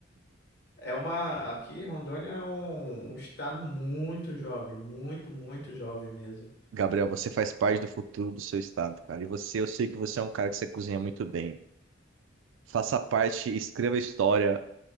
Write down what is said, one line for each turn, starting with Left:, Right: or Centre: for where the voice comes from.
Left: É uma, aqui Rondônia é um, um estado muito jovem, muito, muito jovem mesmo.
Right: Gabriel, você faz parte do futuro do seu estado, cara. E você, eu sei que você é um cara que você cozinha muito bem. Faça parte, escreva história